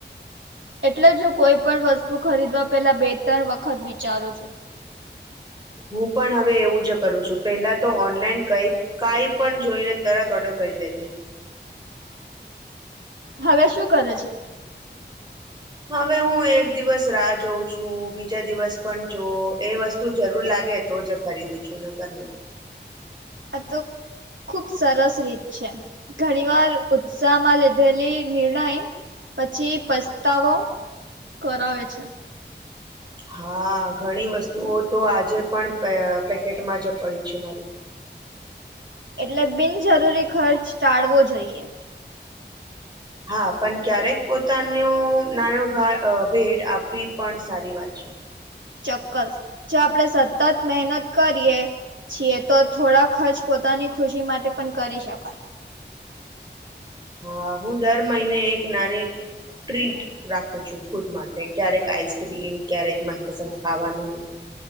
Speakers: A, on the right; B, on the right.
A: એટલે હું કોઈ પણ વસ્તુ ખરીદવા પેલા બે ત્રણ વખત વિચારું છું.
B: હું પણ હવે એવું જ કરું છું પેલા તો ઓનલાઈન કઈ કાઈ પણ જોઈને તરત ઓર્ડર કરી લેતી.
A: હવે શું કરે છે?
B: હવે હું એક દિવસ રાહ જોઉં છું બીજા દિવસ પણ જો એ વસ્તુ તું જરૂર લાગે તો જ ખરીદું છું નગર નઈ.
A: અ તો ખુબ સરસ રીત છે, ઘણી વાર ઉત્સાહ માં લીધેલી નિર્ણય. પછી પસ્તાવો કરાવે છે.
B: હા ઘણી વસ્તુઓ તો આજે પણ પેકેટમાં જ પડી છે મારી.
A: એટલે બિનજરૂરી ખર્ચ ટાળવો જોઈએ.
B: હા પણ ક્યારેક પોતાનો નાનો ભેડ આપવી પણ સારી વાત છે.
A: ચોક્કસ જો આપડે સતત મહેનત કરીએ. છીએ તો થોડા ખર્ચ પોતાની ખુશી માટે પણ કરી શકાય.
B: હા હું દર મહિને એક નાની ટ્રીટ રાખું છું ખુદ માટે ક્યારેક આઈસક્રીમ ક્યારેક મનપસંદ ખાવાનું.